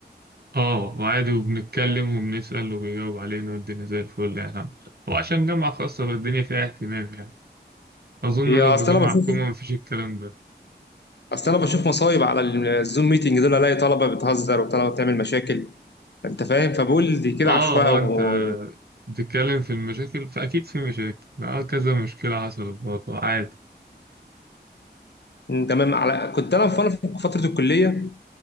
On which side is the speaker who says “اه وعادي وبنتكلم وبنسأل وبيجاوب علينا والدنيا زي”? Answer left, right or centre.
Right